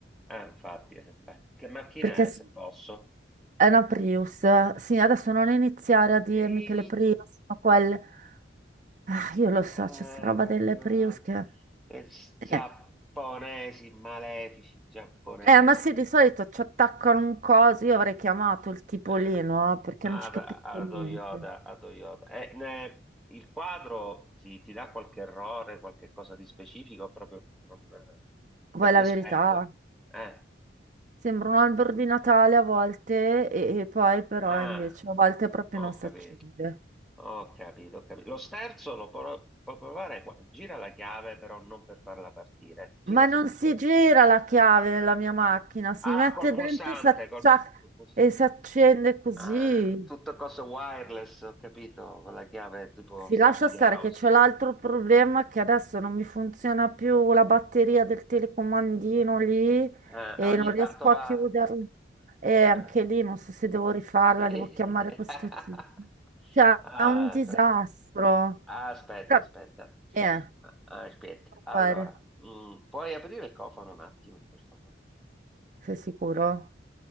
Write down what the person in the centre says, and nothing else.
Ah, infatti, eh, beh, che macchina
è, se posso?
Ehi,
ah,
ah, ah,
eh, giapponesi,
malefici giapponesi.
Eh,
a,
a Toyota, a Toyota. Eh, ne- il quadro ti, ti dà qualche errore, qualche cosa di specifico, proprio non, eh,
è, è
spento.
Eh.
Ah,
ho
capito.
Ho capito, ho capito. Lo sterzo lo pro- può provare qua. Gira la chiave, però non per farla partire. Gira
semplicemente.
Ah,
col pulsante,
col, pul- col puls-
Ah, tutte cose wireless, ho capito, con la chiave tipo
Strafigauss.
Eh,
ogni
tanto va.
eh.
Sì.
<laughs>
Ah,
aspetta, aspetta,
aspetta.
Ah, aspetta.
Allora,
mm, puoi aprire il cofano un attimo, per favore?